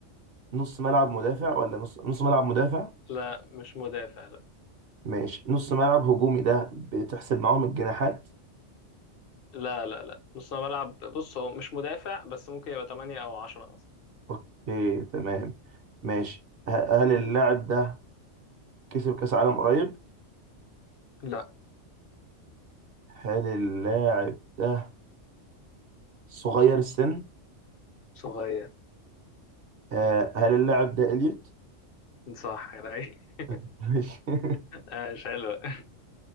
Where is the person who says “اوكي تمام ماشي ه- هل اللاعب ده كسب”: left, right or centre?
Right